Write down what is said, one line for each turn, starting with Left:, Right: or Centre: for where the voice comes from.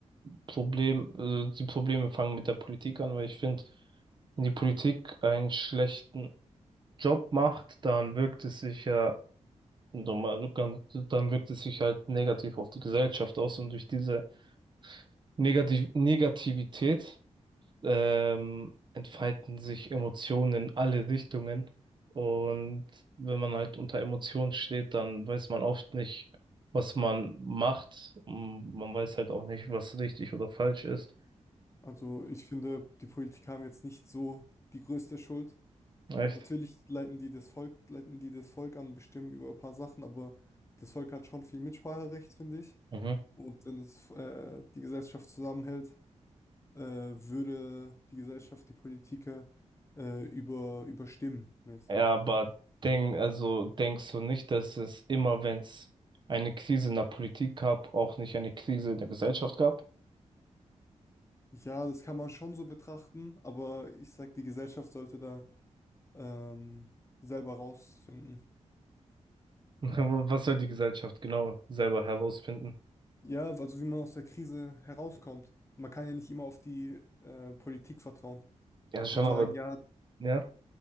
Right: Problem, äh, die Probleme fangen mit der Politik an, weil ich finde, wenn die Politik einen schlechten Job macht, dann wirkt es sich ja normal, ganz- dann wirkt es sich halt negativ auf die Gesellschaft aus und durch diese Negativ Negativität ähm, entfalten sich Emotionen in alle Richtungen. Und wenn man halt unter Emotionen steht, dann weiß man oft nicht, was man macht. Und Man weiß halt auch nicht, was richtig oder falsch ist.
Left: Also ich finde, die Politiker haben jetzt nicht so die größte Schuld.
Right: Echt?
Left: Natürlich leiten die das Volk, leiten die das Volk an, bestimmen über ein paar Sachen, aber das Volk hat schon viel Mitspracherecht, finde ich.
Right: Mhm.
Left: Und wenn es äh, die Gesellschaft zusammenhält, äh, würde die Gesellschaft die Politiker äh, über, überstimmen, mäßig.
Right: Ja, aber denk, also denkst du nicht, dass es immer, wenn es eine Krise in der Politik gab, auch nicht eine Krise in der Gesellschaft gab?
Left: Ja, das kann man schon so betrachten, aber ich sag, die Gesellschaft sollte da ähm, selber rausfinden.
Right: <laughs> Was soll die Gesellschaft genau selber herausfinden?
Left: Ja, also wie man aus der Krise herauskommt. Man kann ja nicht immer auf die äh, Politik vertrauen
Right: Ja, schon,
Left: und sagen,
Right: aber
Left: ja,
Right: Ja?